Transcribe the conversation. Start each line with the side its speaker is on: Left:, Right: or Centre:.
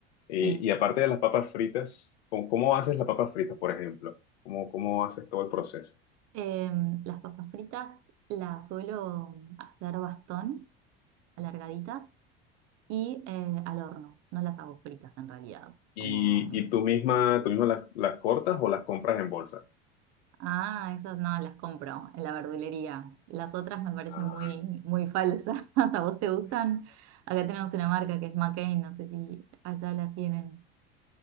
Left: Y,
Right: Sí.
Left: y aparte de las papas fritas, ¿cómo, cómo haces las papas fritas, por ejemplo? ¿Cómo, cómo haces todo el proceso?
Right: Em, las papas fritas las suelo hacer bastón, alargaditas. y eh, al horno. No las hago fritas en realidad.
Left: ¿Y,
Right: Como, mm,
Left: y tú misma, tú misma las, las cortas o las compras en bolsa?
Right: ah, esas no, las compro en la verdulería. Las otras me parecen
Left: Ah,
Right: muy, muy falsas. <laughs> ¿A vos te gustan? Acá tenemos una marca que es McCain, no sé si allá las tienen.